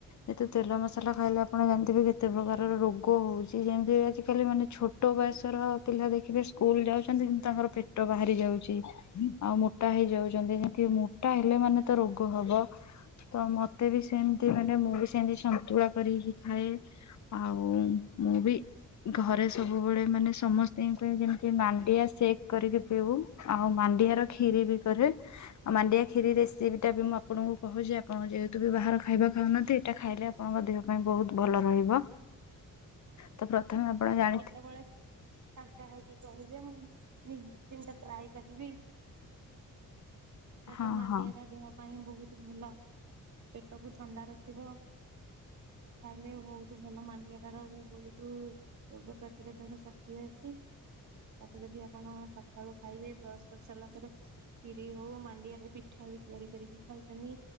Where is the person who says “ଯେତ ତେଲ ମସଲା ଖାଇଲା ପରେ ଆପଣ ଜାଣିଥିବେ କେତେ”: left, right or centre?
Left